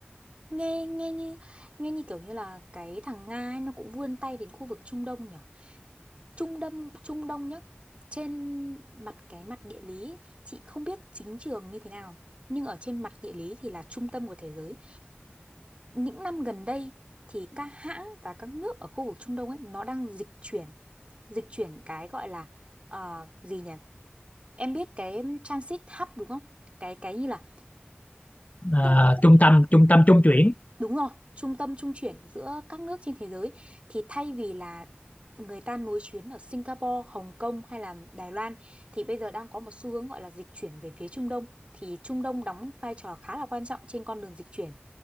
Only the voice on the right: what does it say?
Nghe nghe như nghe như kiểu như là cái thằng Nga ấy, nó cũng vươn tay đến khu vực Trung Đông nhỉ? Trung Đông Trung Đông nhá. Trên mặt cái mặt địa lý chị không biết chính trường như thế nào, nhưng ở trên mặt địa lý thì là trung tâm của thế giới. những năm gần đây thì các hãng và các nước ở khu vực Trung Đông ấy nó đang dịch chuyển dịch chuyển cái gọi là ờ, gì nhỉ em biết cái transit hub đúng không cái cái như là
tức là
đúng rồi trung tâm trung chuyển giữa các nước trên thế giới thì thay vì là người ta nối chuyến ở Singapore, Hồng Kông hay là Đài Loan thì bây giờ đang có một xu hướng gọi là dịch chuyển về phía Trung Đông thì Trung Đông đóng vai trò khá là quan trọng trên con đường dịch chuyển